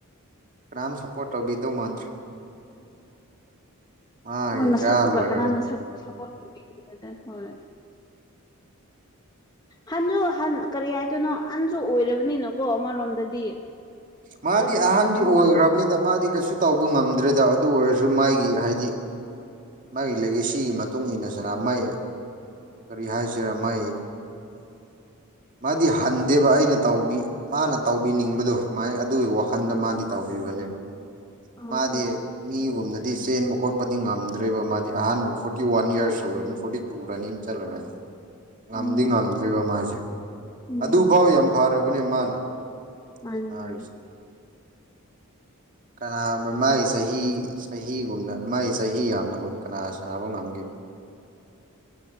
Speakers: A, on the right; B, on the left.
A: ꯀ꯭ꯅꯥꯝ ꯁꯄꯣꯠ ꯇꯧꯕꯤꯗꯧ ꯃꯥꯟꯗ꯭ꯔꯦ ꯃꯥꯒꯤ
B: ꯃꯣꯏ ꯃꯁꯛꯇꯨꯒ
A: ꯏꯔꯥ ꯂꯣꯏꯔꯕꯅꯤ
B: ꯀꯅꯥꯅ ꯁꯥ ꯁꯄꯣꯠ ꯇꯧꯕꯤꯅꯤꯡꯒꯗ꯭ꯔꯥ ꯍꯣꯏ ꯍꯟꯖꯨ ꯍꯟ ꯀꯔꯤ ꯍꯥꯏꯗꯣꯏꯅꯣ ꯍꯟꯖꯨ ꯑꯣꯏꯔꯕꯅꯤꯅꯀꯣ ꯑꯃꯔꯣꯝꯗꯗꯤ
A: ꯃꯥꯗꯤ
B: ꯂꯣꯏꯅꯃꯛ
A: ꯑꯍꯥꯟꯗꯤ
B: ꯃꯉꯣꯟꯗ
A: ꯑꯣꯏꯒ꯭ꯔꯕꯅꯤꯗ ꯃꯥꯗꯤ ꯀꯩꯁꯨ ꯇꯧꯕ ꯉꯝꯗ꯭ꯔꯦꯗ ꯑꯗꯨ ꯑꯣꯏꯔꯖꯨ ꯃꯥꯒꯤ ꯍꯥꯏꯗꯤ ꯃꯩꯒꯤ ꯂꯤꯒꯦꯁꯤꯒꯤ ꯃꯇꯨꯡ ꯏꯟꯅ ꯁꯥꯟꯅ ꯃꯥꯏ ꯀꯔꯤ ꯍꯥꯏꯁꯤꯔꯥ ꯃꯥꯏ ꯃꯥꯗꯤ ꯍꯟꯗꯦꯕ ꯑꯩꯅ ꯇꯧꯕꯤ ꯃꯥꯅ ꯇꯧꯕꯤꯅꯤꯡꯕꯗꯣ ꯥꯃꯥꯏ ꯑꯗꯨꯒꯤ ꯋꯥꯈꯟꯗ ꯃꯥꯗꯤ ꯇꯧꯕꯤꯕꯅꯦꯕ
B: ꯑ
A: ꯃꯥꯗꯤ
B: ꯑ ꯑ ꯑ
A: ꯃꯤꯒꯨꯝꯅ ꯗꯤ ꯆꯦꯟꯕ ꯈꯣꯠꯄꯗꯤ ꯉꯝꯗ꯭ꯔꯦꯕ ꯃꯥꯗꯤ ꯑꯍꯥꯟꯕ ꯐꯣꯔꯇꯤ ꯋꯥꯟ ꯌꯔꯁ ꯍꯧꯔꯅꯤ ꯐꯣꯔꯇꯤ ꯇꯨ ꯔꯅꯤꯡ ꯆꯜꯂꯝꯃꯅꯤ ꯉꯝꯗꯤ
B: ꯎꯝ
A: ꯉꯥꯝꯗ꯭ꯔꯦꯕ ꯃꯥꯖꯦ
B: ꯎꯝ
A: ꯑꯗꯨꯐꯥꯎ ꯌꯥꯝ ꯐꯔꯕꯅꯦ ꯃꯥꯅ
B: ꯃꯥꯅꯦ
A: ꯁꯥꯟꯅꯔꯤꯁꯦ
B: ꯃꯥꯅꯦ
A: <inaudible> ꯀꯅꯥ ꯃꯥꯏ ꯆꯍꯤ ꯆꯍꯤꯒꯨꯝꯅ ꯃꯥꯏ ꯆꯍꯤ ꯌꯥꯝꯅꯒꯨꯝꯅ ꯀꯅꯥ ꯁꯥꯟꯅꯕ ꯉꯝꯒꯦꯅꯦ <inaudible>